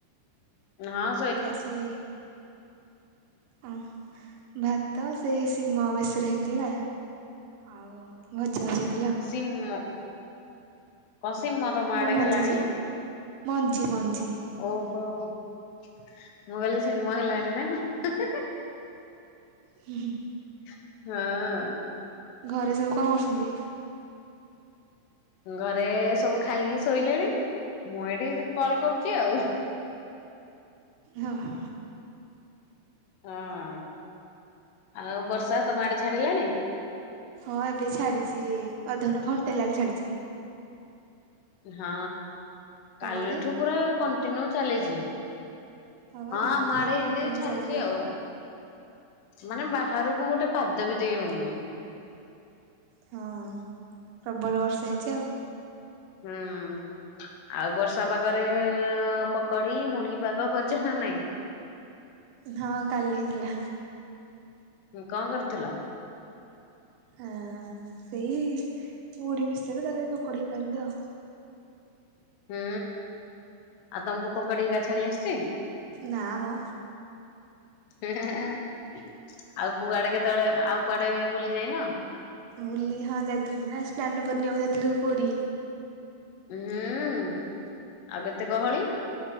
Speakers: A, on the left; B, on the right.
A: ନାଁ
B: ଖାଇଚି? ଓ ଭାତ ସେଇ ଶିମ ବେସର ହେଇଥିଲା। ଆଉ ଭଜା ଭଜି ହେଇଥିଲା ଆଉ।
A: ଶିମ କଣ ଶିମ ତମ ଆଡେ
B: ମଞ୍ଜି
A: ହେଲାଣି?
B: ଯୋଉ ମଞ୍ଜି ମଞ୍ଜି
A: ଓହୋ ମୁଁ କହିଲି ଶିମ ହେଲାଣି ନାଁ କଣ? ହେଁ ହେଁ ହେଁ
B: ହି ହିଁ।
A: ହଁ
B: ଘରେ ସବୁ କଣ କରୁଛନ୍ତି?
A: ଘରେ ସବୁ ଖାଇକି ଶୋଇଲେଣି। ମୁଁ ଏଇଠି କଲ୍ କରୁଚି ଆଉ।
B: ଅ ହ।
A: ହଁ ଆଉ ବର୍ଷା ତମ ଆଡେ ଛାଡିଲାଣି?
B: ହଁ ଏବେ ଛାଡିଚି। ଅଧଘଣ୍ଟେ ଘଣ୍ଟେ ହେଲାଣି ଛାଡିଚି ଟିକେ।
A: ହଁ
B: ତମ
A: କାଲିଠୁ
B: ଆଡେ?
A: ପୁରା କଣ୍ଟିନ୍ୟୁ ଚାଲିଚି।
B: ବା
A: ହଁ
B: ରାତି
A: ଆମ
B: ସାରା
A: ଆଡେ ଏମତି
B: କଣ୍ଟିନ୍ୟୁ
A: ଛାଡିଚି
B: ଚାଲିଥିଲା।
A: ଆଉ ମାନେ ବାହାରୁକୁ ଗୋଟେ ପାଦ ବି ଦେଇ ହଉନି।
B: ହଁ ପ୍ରବଳ ବର୍ଷା ହେଇଚି ଆଉ।
A: ହୁଁ। ଆଉ ବର୍ଷା ପାଗରେ ଅଁ ପକୋଡି ମୁଢି ପାଗ କରିଚ ନା ନାଇଁ?
B: ହଁ କାଲି ହେଇଥିଲା।
A: ଉଁ କଁ କରୁଥିଲ?
B: ଆଁ ସେଇ ମୁଢି ମିଶ୍ଚର ତାପରେ ପକୋଡି <unintelligible>
A: ହୁଁ ଆଉ ତମୁକୁ ପକଡି ହେଗା ଛାଣି ଆସଚି?
B: ନା ମ
A: ହେଁ ହେଁ ହେଁ ହେଁ ଆଉ କୁଆଡେ କେତବେଳେ? ଆଉ କୁଆଡେ ବୁଲି ଯାଇନ?
B: ବୁଲି ହଁ ଯାଇଥିଲି ନା ସ୍ନାନ ପୂର୍ଣ୍ଣିମାକୁ ଯାଇଥିଲୁ ପୁରୀ।
A: ହୁଁ ଆଉ କେତେ ଗହଳି?